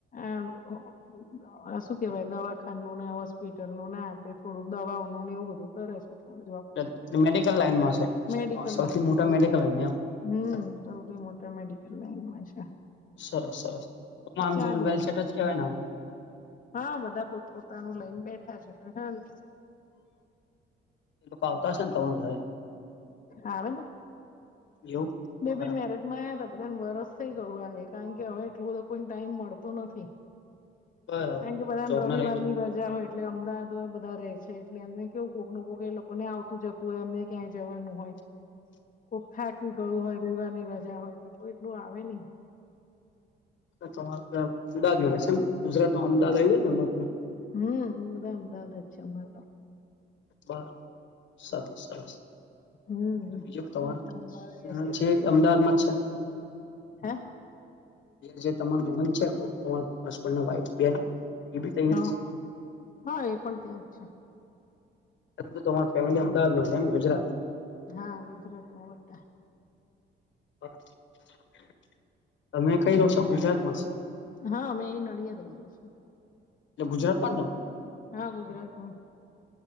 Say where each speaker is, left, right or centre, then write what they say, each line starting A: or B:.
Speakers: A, on the left; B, on the left.
A: આ ઓ
B: <inaudible>
A: હ શું કેવાય દવાખાનનું ને હોસ્પિટલનું ને થોડું દવાઓ ન ને એવું બધું કરે છે. એ થોડું જો
B: મેડિકલ લાઈનમાં
A: મેડિકલ
B: છે સૌથી
A: લાઈનમાં
B: મોટા
A: છે
B: મેડિકલ લાઈનમાં એમ
A: હમ્મ.
B: બરાબર.
A: સૌથી મોટા મેડિકલ લાઈનમાં છે.
B: સરસ સરસ તો આમ
A: ચાલે
B: જોઈ તો વેલ્સેટ જ કેહેવાય ને આમ.
A: હા બધા પોતપોતાનું લઈને બેઠા છે તો શાંતિ છે.
B: લોકો આવતા હશે ને તમારા ઘરે?
A: આવેને.
B: એવું. બરાબર
A: બે બીન મેરેજમાં આયા હતા બધાને વરસ થઇ ગયું કારણ કે હવે એટલો બધો કોઈને ટાઈમ મળતો નથી.
B: બરાબર
A: કેમ કે બધા
B: જોબને
A: ને રવિવાર
B: લઈને
A: ની રજા હોય. એટલે અમદાવાદ બધા રહે છે એટલે એમને કેવું કોકનું કો એ લોકોને આવતું જતું હોય એમને ક્યાંય જવાનું હોય.
B: <inaudible>
A: કોક થાકી ગયું હોય રેવાની રજા હોય એટલે કોઈ એટલું આવે નઈ.
B: <unintelligible> ગુજરાતમાં અમદવાદ આયવુ ને મોટું.
A: હમ્મ બધા અમદાવાદ છે અમારે તો.
B: પણ સર સરસ.
A: હમ
B: બીજું તમારૂ
A: બધા અમદાવાદ રહે
B: નણંદ જે અમદાવાદ માં છે?
A: હા.
B: જે તમારે નણંદ છે <unintelligible> હસબન્ડના વાઈફ બેન. એ બી તહીં
A: હ
B: જ છે?
A: હા એ પણ ત્યાં જ છે.
B: પરંતુ તમારી ફેમિલી અમદાવાદમાં રહે એમ? ગુજરાત!
A: હા. ગુજરાતમાં બધા.
B: <unintelligible> તમે કઈ રહો છો ગુજરાતમાં જ?
A: હા અમેં અહી નડિયાદમાં રહી્એ છીએ.
B: એટલે ગુજરાતમાં તમે
A: હા ગુજરાતમાં.